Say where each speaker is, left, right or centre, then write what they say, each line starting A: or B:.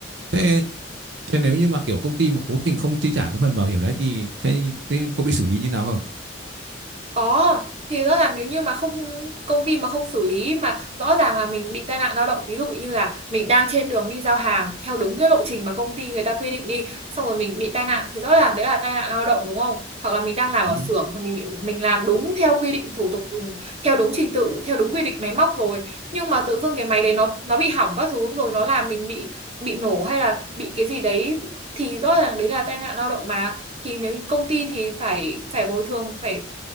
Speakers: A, on the right (about 65°); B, on the right (about 35°).
A: thế thế nếu như mà kiểu công ty mà cố tình không chi trả cái phần bảo hiểm đấy thì thế, thế có bị xử lý như nào không
B: Có, thì rõ ràng nếu như mà không công ty mà không xử lý mà rõ ràng là mình bị tai nạn lao động ví dụ như là mình đang trên đường đi giao hàng theo đúng cái lộ trình mà công ty người ta quy định đi xong rồi mình bị tai nạn thì rõ ràng đấy là tai nạn lao động đúng không? Hoặc là mình đang làm
A: ừ.
B: ở xưởng mà mình bị mình làm đúng theo quy định thủ tục ừ, theo đúng trình tự theo đúng quy định máy móc rồi nhưng mà tự dưng cái máy đấy nó nó bị hỏng các thứ rồi nó làm mình bị bị nổ hay là bị cái gì đấy thì rõ ràng đấy là tai nạn lao động mà thì nếu công ty thì phải phải bồi thường phải